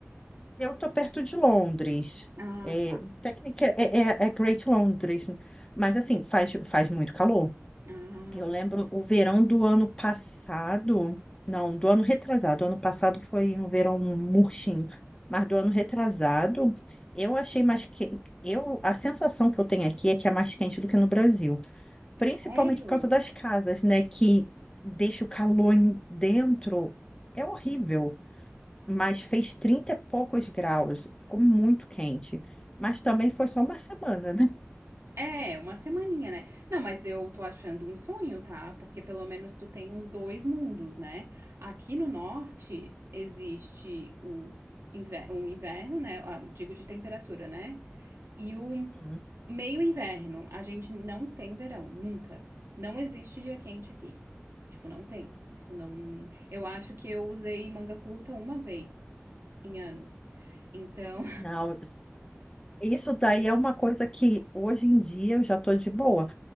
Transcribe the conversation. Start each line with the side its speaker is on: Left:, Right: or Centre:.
Left: Eu tô perto de Londres.
Right: Ah,
Left: É, técnica é, é, é Great Londres, mas assim, faz, faz muito calor.
Right: Ah,
Left: Eu
Right: boa.
Left: lembro o verão do ano passado, não, do ano retrasado. O ano passado foi um verão murchinho, mas do ano retrasado eu achei mais que eu a sensação que eu tenho aqui é que é mais quente do que no Brasil.
Right: Sério?
Left: Principalmente por causa das casas, né? Que deixa o calor em- dentro. É horrível. Mas fez 30 e poucos graus. Ficou muito quente. Mas também foi só uma semana, né?
Right: É, uma semaninha, né? Não, mas eu tô achando um sonho, tá? Porque pelo menos tu tem os dois mundos, né? Aqui no norte existe o inverno, o inverno, né? Ah, digo de temperatura, né? E o
Left: Hum.
Right: meio inverno. A gente não tem verão, nunca. Não existe dia quente aqui. Tipo, não tem. Isso não. Eu acho que eu usei manga curta uma vez em anos. Então,
Left: Não, isso daí é uma coisa que hoje em dia eu já tô de boa.